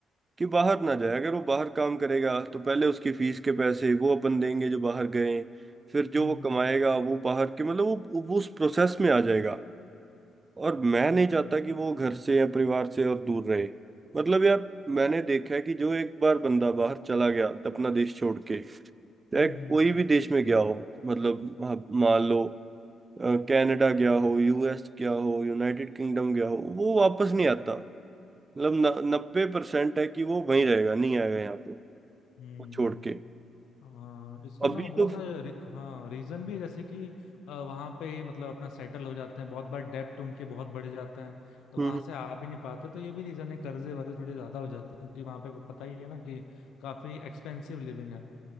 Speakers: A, on the right; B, on the left.
A: कि बाहर ना जाए अगर वो बाहर काम करेगा तो पहले उसकी फीस के पैसे वो अपन देंगे जो बाहर गए फिर जो
B: हम्म
A: वो कमाएगा वो बाहर के मतलब वो, वो उस प्रोसेस में आ जाएगा और मैं
B: हम्म
A: नहीं
B: हम्म
A: चाहता कि वो घर से या परिवार से और दूर रहे मतलब यार मैंने देखा है कि जो एक बार बंदा बाहर चला गया अपना देश छोड़ के चाहे
B: हम्म
A: कोई
B: हम्म,
A: भी देश में गया हो मतलब आप मान लो अ, कनाडा गया हो यूएस गया हो यूनाइटेड किंगडम गया हो वो वापस नहीं आता मतलब नब्बे परसेंट है कि वो वहीं रहेगा नहीं आएगा यहाँ वो
B: हम्म,
A: छोड़
B: हम्म।
A: के
B: हाँ इसके
A: अभी
B: ना बहुत
A: तो हम्म
B: सारे रि, हाँ रीजन भी है, जैसे कि वहां पे मतलब अपना सेटल हो जाते हैं बहुत बार डेप्ट उनके बहुत बढ़ जाते हैं तो
A: हम्म,
B: वहां से आ भी नहीं पाते तो ये भी रीजन है कर्जे वर्जे थोड़े ज्यादा हो जाते हैं क्योंकि वहां पे पता ही है ना कि काफी एक्सपेंसिव लिविंग है